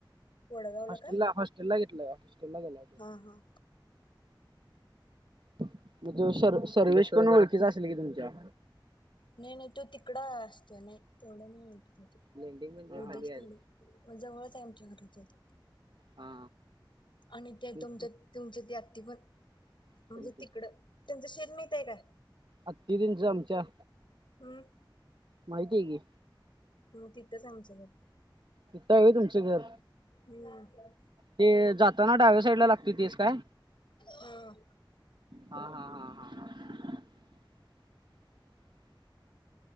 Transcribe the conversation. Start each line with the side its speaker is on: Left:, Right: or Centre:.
Left: वडगावला
Right: हॉस्टेलला,
Left: काय
Right: हॉस्टेलला घेतलय, हॉस्टेलला गेलाय तो.
Left: हा हा
Right: मग तो सर सर्वेस पण ओळखीचा असेल की तुमच्या?
Left: नाही नाही तो तिकडं असतो नाही तेवढं नाही ओळखत
Right: लेंडिंग म्हणजे
Left: उद्देश
Right: खाली आले
Left: तेवढं मग जवळचं आहे आमच्या घराच्या इथं.
Right: हा.
Left: आणि ते
Right: तेच
Left: तुमच्या तुमचे ती आत्ती पण
Right: की.
Left: म्हणजे तिकड त्यांचं शेत माहीत आहे काय?
Right: आत्ति तेंचा आमच्या?
Left: हम्म.
Right: माहितीय की.
Left: हम्म तिथंच आमचं घर.
Right: तिथं हाय व्हय तुमचं घर?
Left: हम्म
Right: ते जाताना डाव्या साईडला लागते तेच काय
Left: हा
Right: हा, हा. हा <inaudible>